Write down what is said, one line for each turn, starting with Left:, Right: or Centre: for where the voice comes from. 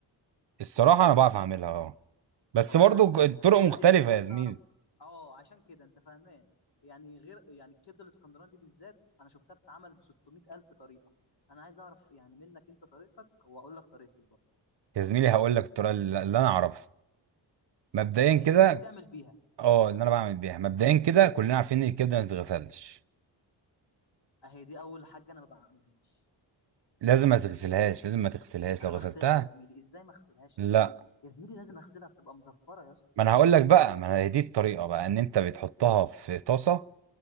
Right: الصراحه انا بعرف اعملها اه بس
Left: طب
Right: برضو
Left: انا عايز
Right: ج-
Left: أ-
Right: الطرق
Left: يعني انا
Right: مختلفه
Left: عايز عايز
Right: يا زميلي
Left: اعرف اه عشان كده انت فاهمان يعني غير يعني الكبده الاسكندراني دي بالذات انا شفتها بتتعمل ب 600 الف طريقه انا عايز اعرف يعني منك انت طريقتك واقول لك طريقتي برضه
Right: يا زميلي هقول لك الطريقه اللي اللي انا اعرفها مبدئيا
Left: تمام
Right: كده
Left: اللي انت بتعمل بيها
Right: اه اللي انا بعمل بيها مبدئيا كده كلنا
Left: حلو
Right: عارفين ان الكبده ما تتغسلش
Left: اهي دي اول حاجه انا ما بعملهاش
Right: لازم ما تغسلهاش لازم ما تغسلهاش
Left: انا
Right: لو
Left: بغسلها
Right: غسلتها
Left: يا زميلي ازاي ما اغسلهاش
Right: لا
Left: يا زميلي يا زميلي لازم اغسلها بتبقى مزفره يا اسطى
Right: ما انا هقول لك بقى ما انا هي دي الطريقه بقى ان انت بتحطها في طاسه